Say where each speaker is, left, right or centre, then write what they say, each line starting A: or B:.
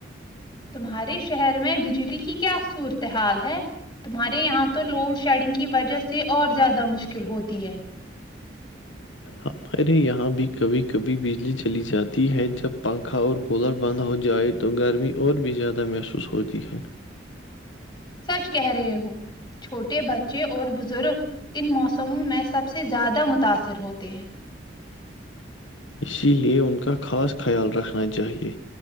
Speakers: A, on the left (about 25°); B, on the left (about 85°).
A: تمہارے شہر میں بجلی کی کیا صورتحال ہے تمہارے یہاں تو لوڈ شیڈنگ کی وجہ سے اور زیادہ مشکل ہوتی ہے
B: ہمارے یہاں بھی کبھی کبھی بجلی چلی جاتی ہے جب پنکھا اور کولر بند ہو جائے تو گرمی اور بھی زیادہ محسوس ہوتی ہے
A: سچ کہہ رہے وہ چھوٹے بچے اور بزرگ ان موسموں میں سب سے زیادہ متاثر ہوتے ہیں
B: اسی لیے ان کا خاص خیال رکھنا چاہیے